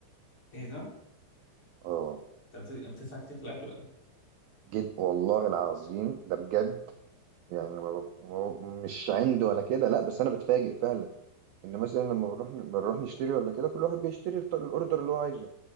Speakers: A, on the left; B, on the right.
A: ايه ده؟
B: آه
A: انت بت- يعني بتدفع كتير في الاكل ولا ايه؟
B: جد والله العظيم ده بجد يعني ما بك... ما ب... مش عند ولا كده لا بس انا بتفاجئ فعلا ان مثلا لما بنروح بنروح نشتري ولا كده كل واحد بيشتري الط- الاوردر اللي هو عايزه